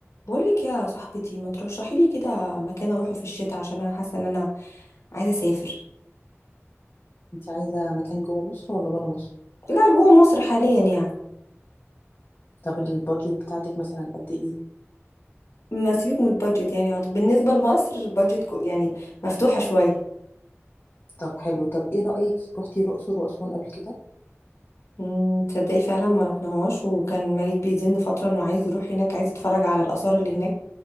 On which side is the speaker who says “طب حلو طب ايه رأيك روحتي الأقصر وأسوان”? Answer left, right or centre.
Left